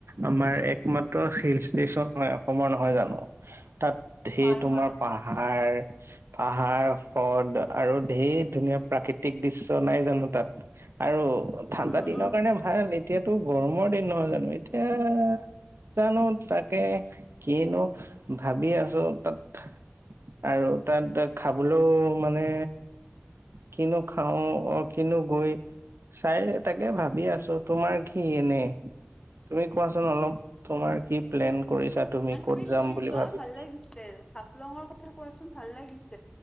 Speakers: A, on the right (about 85°); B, on the left (about 20°).
A: আমাৰ একমাত্ৰ হিল ষ্টেচন হয় অসমৰ নহয় জানো তাত সেই
B: হয়
A: তোমাৰ
B: হয়
A: পাহাৰ পাহাৰ ফদ আৰু ঢেৰ ধুনীয়া প্ৰাকৃতিক দৃশ্য নাই জানো তাত আৰু ঠাণ্ডা
B: উম
A: দিনৰ
B: উম।
A: কাৰণে ভাল এতিয়াতো গৰমৰ দিন নহয় জানো এতিয়া জানো তাকে কিনো ভাবি আছো তাত <unintelligible> আৰু তাত তাত খাবলৈও মানে কিনো খাওঁ অ কিনো গৈ <unintelligible> চাই তাকে ভাবি আছো, তোমাৰ কি এনে তুমি কোৱাচোন অলপ তোমাৰ কি প্লেন কৰিছা
B: নাই
A: ক'ত
B: তুমি
A: যাম
B: কৈ
A: বুলি
B: লোৱা
A: ভাবিছা
B: ভাল লাগিছে হাফলঙৰ কথা কোৱাচোন ভাল লাগিছে।